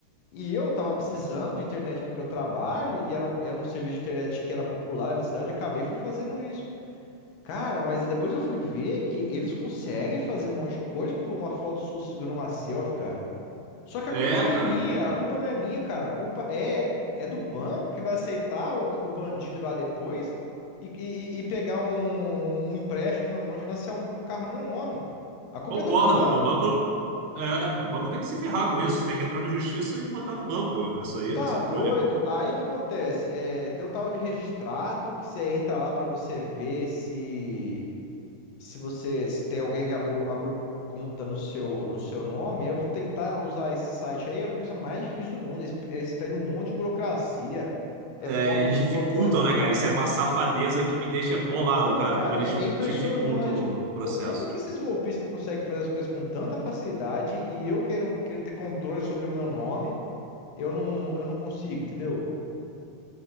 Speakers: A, on the left; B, on the right.
A: E eu tava precisando de internet porque eu trabalho e era um, era um serviço de internet que era popular na cidade. Acabei fui fazendo isso. Cara, mas depois eu fui ver que eles conseguem fazer um monte de coisa com uma foto sua segurando uma selfie, cara. Só que a
B: É,
A: culpa não
B: cara,
A: é minha, a culpa não é minha, cara. A culpa é é do banco que vai aceitar o, o bandido lá depois e, e- e pegar um, um empréstimo no meu nome, financiar um, um carro no meu nome. A culpa
B: concordo.
A: é do banco.
B: É, O banco, não- é, o banco tem que se ferrar com isso. Tem que entrar na justiça e botar no banco essa aí,
A: Tá
B: essa
A: doido?
B: trolha.
A: Aí o que acontece? É, tem um tal de registrato que você entra lá pra você ver se Se você se tem alguém que abriu, abriu conta no seu, no seu nome, eu vou tentar usar esse site aí. É a coisa mais difícil do mundo. Eles, eles pedem um monte de burocracia. É
B: É,
A: foto
B: eles
A: sua,
B: dificultam,
A: foto de documento.
B: né, cara? Isso é uma safadeza que me deixa bolado,
A: Pô,
B: cara,
A: cara,
B: como eles
A: é, é impressionante.
B: dificultam o processo.
A: Pô, como é que esses golpistas conseguem fazer as coisas com tanta facilidade e eu quero, quero ter controle sobre o meu nome, eu não, eu não consigo, entendeu?